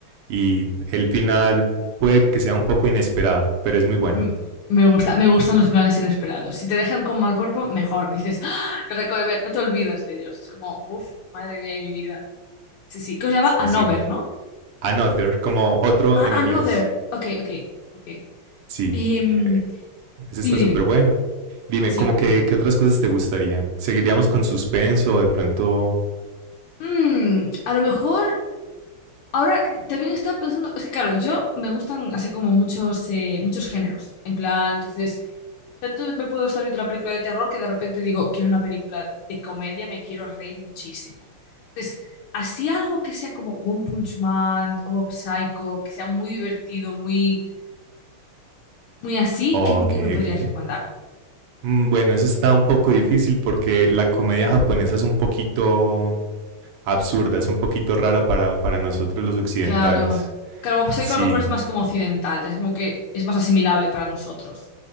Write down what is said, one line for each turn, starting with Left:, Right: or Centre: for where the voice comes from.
Right: Y el final puede que sea un poco inesperado, pero es muy buena.
Left: m- me gusta, me gustan los finales inesperados. Si te dejan con mal cuerpo, mejor. Dices, ¡Ah! lo que acabo de ver, no te olvidas de ellos. Es como, buf, madre mía y mi vida. Sí, sí, que se llama
Right: Sí,
Left: Another,
Right: sí.
Left: ¿no?
Right: Another, como otro
Left: Ah,
Right: en inglés.
Left: Another. Ok, ok, ok.
Right: Sí.
Left: Em,
Right: Eh, Ese está
Left: dime, dime.
Right: súper bueno. Dime,
Left: Sí.
Right: ¿cómo que, qué otras cosas te gustarían? ¿Seguiríamos con suspenso o de pronto?
Left: Mm, a lo mejor. Ahora también estaba pensando, es que claro, yo me gustan así como muchos, eh, muchos géneros. En plan, entonces, tanto me puedo estar viendo una película de terror que de repente digo, quiero una película de comedia, me quiero reír muchísimo. Entonces, así algo que sea como One Punch Man o Mob Psycho, que sea muy divertido, muy, muy así,
Right: Ok,
Left: ¿qué, m- qué me podrías
Right: ok.
Left: recomendar?
Right: Mm, Bueno, eso está un poco difícil porque la comedia japonesa es un poquito absurda, es un poquito rara para, para nosotros los occidentales.
Left: Claro. Claro, Mob Psycho
Right: Sí,
Left: a lo mejor es más como occidental, ya es como que es más asimilable para nosotros.